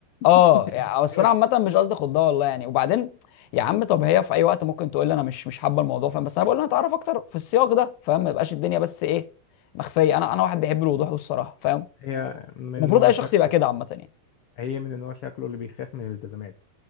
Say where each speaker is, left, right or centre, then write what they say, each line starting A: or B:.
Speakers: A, on the left; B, on the left.
A: اه
B: <laughs>
A: يعني بس
B: خافت.
A: انا عامه مش قصدي خدها والله يعني وبعدين يا عم طب هي في اي وقت ممكن تقول لي انا مش مش حابه الموضوع فاهم بس انا بقول لها اتعرف اكتر في السياق ده فاهم ما يبقاش الدنيا بس ايه مخفيه انا انا واحد بيحب الوضوح والصراحه فاهم
B: هي من
A: المفروض
B: النوع
A: اي
B: شكله
A: شخص يبقى كده عامه يعني
B: هي من النوع شكله اللي بيخاف من الالتزامات